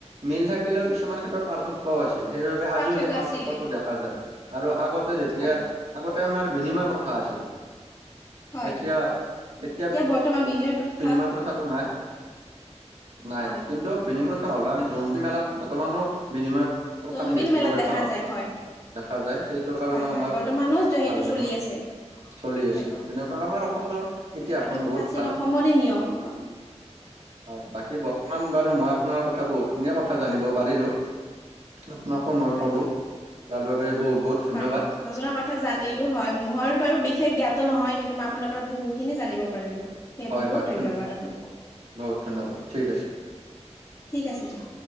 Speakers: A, on the right; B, on the left.
A: মিল থাকিলেওঁ কিছুমান ক্ষেত্ৰত পাৰ্থক্যওঁ আছিল, সেইবাবে
B: পাৰ্থক্য
A: আজিও সেই পাৰ্থক্যতো
B: আছিলে
A: দেখা যায়। আৰু আগতে যেতিয়া
B: হয়
A: আগতে আমাৰ বিনিময় প্ৰথা আছিল।
B: হয়
A: এতিয়া এতিয়া
B: বৰ্তমান বিনিময় প্ৰথা
A: বিনিময় প্ৰথাটো নাই। নাই
B: হয়
A: কিন্তু বিনিময় লেও আমি জোনবিল মেলাত বৰ্তমানো বিনিময় প্ৰথা
B: জোনবিল
A: আমি দেখিবলৈ
B: মেলাত দেখা
A: পাওঁ।
B: যায় হয়
A: দেখা যায় সেইটোৰ কাৰণেওঁ
B: হয় হয়
A: আমাৰ
B: বৰ্তমানো
A: ভাল
B: সেইটো
A: লাগে।
B: চলি আছে
A: চলি
B: হয়
A: আছে, তেনেকুৱা আমাৰ অসমৰ ইতিহাসখন
B: আৰু
A: বহুত
B: প্ৰাচীন
A: ভাল।
B: অসমৰে নিয়ম হয়
A: হয়। বাকী বৰ্তমান বাৰ আৰু মই আপোনাৰ কথা বহুত খিনিয় কথা জানিব পাৰিলো, আপোনাকো মই
B: হয়
A: ক'লো তাৰ বাবে বহুত বহুত ধন্যবাদ।
B: হয় নজনা কথা জানিলো, হয়। মোৰ বাৰু বিশেষ জ্ঞা ত নহয় কিন্তু, মই আপোনাৰ পৰা বহুখিনি জানিব পাৰিলো। সেইয়
A: হয়
B: বহুত
A: হয়
B: ধন্যবাদ আপোন। হয়
A: বহুত ধন্যবাদ ঠিক আছে।
B: ঠিক আছে দিয়া।